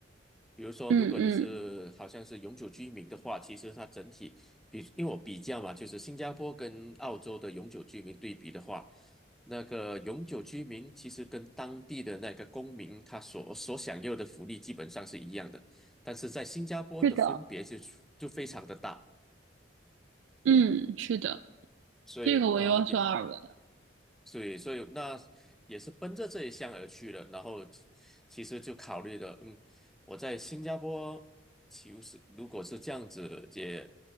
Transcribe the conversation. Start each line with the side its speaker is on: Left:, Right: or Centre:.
Centre: 比如说，
Right: 嗯嗯，
Centre: 如果你是好像是永久居民的话，其实它整体比，因为我比较嘛，就是新加坡跟澳洲的永久居民对比的话，那个永久居民其实跟当地的那个公民他所所享有的福利基本上是一样的，但是在新加坡的分别就就非常的大，
Right: 是的，嗯，是的，
Centre: 所以呃也
Right: 这个我有所耳闻，
Centre: 所以，所以那也是奔着这一项而去的。然后，其实就考虑的，嗯，我在新加坡，其实如果是这样子，也，